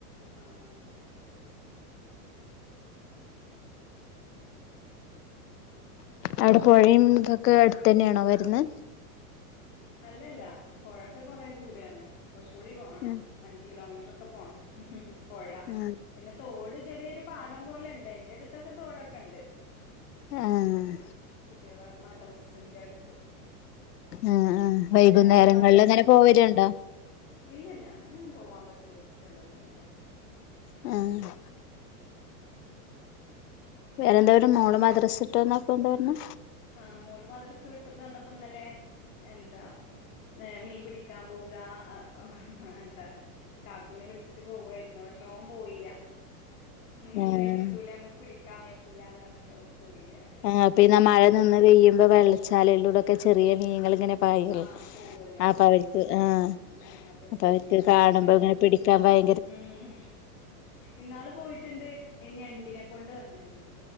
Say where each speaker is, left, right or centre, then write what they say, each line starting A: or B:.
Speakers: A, on the left (about 60°); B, on the left (about 80°).
A: ആഹ് ആഹ് ആഹ് ഓക്കെ
B: അവിടെ പൊഴയും ഇതൊക്കെ അടുത്തന്നെണോ വരുന്ന്
A: അല്ലല്ല പൊഴൊക്കെ കൊറേ ദൂരാണ് കൊറച്ചുകൂടി പോണം
B: ഉം
A: അഞ്ച് കിലോമീറ്ററൊക്കെ പോണം. ഉം ഉം പൊഴ
B: ഉം
A: പിന്നെ തോട് ചെറിയൊരു പാടം പോലെണ്ട് അയിന്റെ അടുത്തൊക്കെ തോടൊക്കണ്ട്.
B: ആഹ്
A: കുട്ടിളെ മദ്രസിന്റെ അടുത്ത്.
B: ആഹ് ആഹ്
A: ഇന്നലെ
B: വൈകുന്നേരങ്ങളിങ്ങനെ
A: മോള്
B: പോവലുണ്ടോ?
A: ഇല്ലല്ല അങ്ങനൊന്നും പോവാൻ പറ്റിയൊരു സ്‌ സ്ഥലൊന്നുല്ല
B: ആഹ് വേറെന്താ ഒരു മോള് മദ്രസിട്ടന്നപ്പോന്താ പറഞ്ഞ്
A: ആഹ് മോള് മദ്രസ് വിട്ട് വന്നപ്പോ ഇന്നല്ലേ എന്താ ഹെ മീൻ പിടിക്കാൻ പോക ഹെ ഹെ എന്താ കാക്കുനെ വിളിച്ചിട്ട് പോവായിരുന്നു പക്ഷെ ഓൻ പോയീല്ല. മീനിനെ
B: ആഹ്
A: കിട്ടൂല നമ്മുക്ക് പിടിക്കാൻ വയ്ക്കൂലാന്നറഞ്ഞിട്ട് ഓന് പോയില്ലറയ
B: ആഹ് പിന്നെ മഴ നിന്ന് പെയ്യുമ്പോ വെള്ളച്ചാലിലൂടെക്കെ ചെറിയ മീങ്ങളിങ്ങനെ പായിലെ
A: ആ പോവല്ലോ
B: അപ്പോ അവർക്ക്
A: ആ
B: ആഹ്
A: ഉം അതൊക്കെ
B: അപ്പൊ അവർക്ക്
A: ഇഷ്ടാണ്
B: കാണുമ്പോങ്ങനെ
A: മക്കൾക്ക്
B: പിടിക്കാൻ ഭയ.
A: ഉം ഇന്നാള് പോയിട്ട്ണ്ട് ഞ്ഞെണ്ടിനെ കൊണ്ട് വന്നേണ്